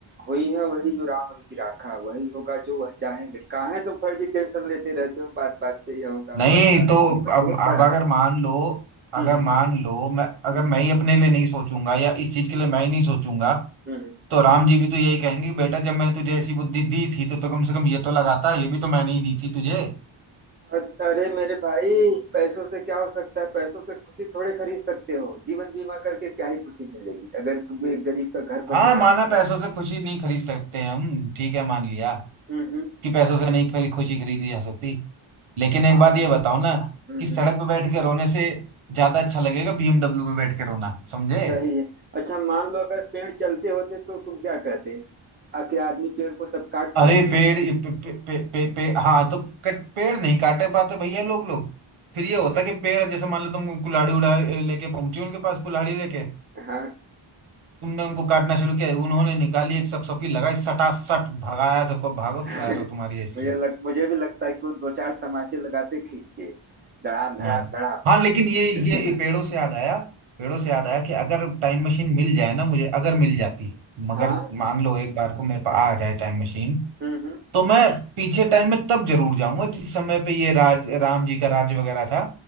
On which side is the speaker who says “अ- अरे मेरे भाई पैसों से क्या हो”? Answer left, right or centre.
Right